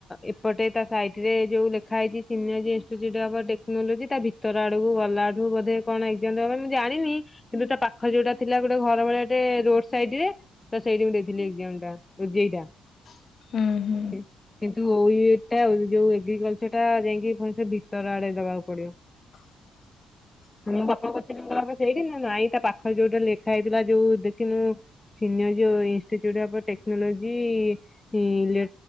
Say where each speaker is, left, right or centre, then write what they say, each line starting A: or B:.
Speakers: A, on the left; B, on the left.
A: ଏପଟେ ତା ସାଇଟ ରେ ଯୋଉ ଲେଖା ହେଇଛି ସିନି ଇଟିଚୁଟ୍ ଟେକ୍ନୋଲୋଜି ତା ଭିତର ଆଡକୁ ଗଲା ତାଠୁ ବଧ କଣ ଏକଜାମ୍ ଦବା ପାଇଁ ମୁଁ ଜାଣିନି କିନ୍ତୁ ତା ପାଖ ଯଉଟା ଥିଲା ଗୋଟେ ଘର ଭଳିଆ ଟେ ରୋଡ ସାଇଡ ରେ ତ ସେଇଠିକୁ ଦେଇଥିଲି ଏକଜାମ ଟା ଓଜେଇ ଟା
B: <inaudible> ହୁଁ।
A: <inaudible> ନ୍ତୁ ଓୟୋଟି ଟା ଯୋଉ ଏଗ୍ରିକଲଚର ଟା ଯାଇକି ଭ୍ବନେଶ୍ୱର ଭିତର ଆଡେ ଦବାକୁ ପଡିବ।
B: <inaudible>
A: ମୁଁ ବାପାକୁ ପଚାରିଲି ମୁଁ କହିଲି ବାପା ସେଇଠି ନା ନାଇଁ ତା ପାଖରେ ଯୋଉଟା ଲେଖା ହେଇଥିଲା ଯୋଉ ଦେଖିନୁ। ସିନିୟର୍ଜି ଇନ୍ଷ୍ଟିଚିଉଡ୍ ଅଫ୍ ଟେକ୍ନୋଲୋଜି